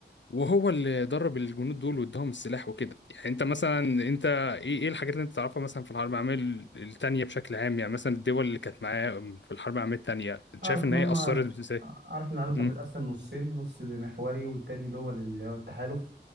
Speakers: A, on the left; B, on the right.
A: وهو اللي درب الجنود دول واداهم السلاح وكده يعني انت مثلا انت ايه ايه الحاجات اللي انت تعرفها مثلا في الحرب العالميه الثانيه بشكل عام يعني مثلا الدول اللي كانت معاه في الحرب العالميه الثانيه
B: اعرف
A: شايف ان
B: ان
A: هي
B: هم
A: اثرت ازاي
B: اعرف ان العالم كان
A: امم
B: متقسم نصين نص محوري والتاني دول اللي هو التحالف